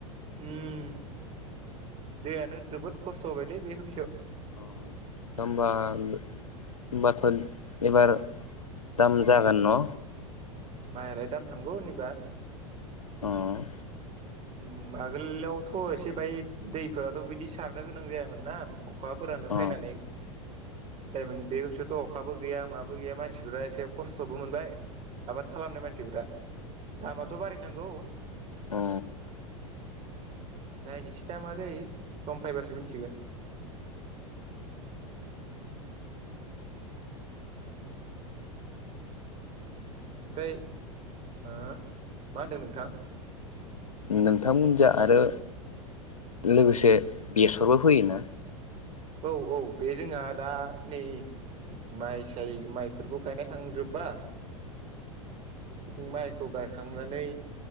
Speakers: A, on the right (about 35°); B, on the left (about 80°).
A: उम दैयानो जोबोद खस्थ' होबायलै बे खबसेयाव।
B: अ' दा होमबा होमबाथ' एबार दाम जागोन न'?
A: माइयालाय दाम थांगोन एबार।
B: अ'।
A: उम आगोलावथ' एसे बाय दैफोराथ' बिदि सारनो गोनां जायामोन ना। अखाफोरानो
B: औ
A: फैनानै जायोमोन बे बोसोरथ' अखाबो गैया माबो गैया मानसिफोरा एसे खस्थ'बो मोनबाय आबाद खालामनाय मानसिफोरा दामाथ' बारनांगौ।
B: औ।
A: नायनोसै दामा जायो सम फैबासो मिथिगोन। ओमफाय ओ मा होनदों नोंथां?
B: नोंथांमोनजों आरो लोगोसे बेसरबो फैयोना?
A: औ औ बे जोंहा दा नै माइ साय माइफोरखौ गायना थांजोबबा जों माइखौ गायखांनानै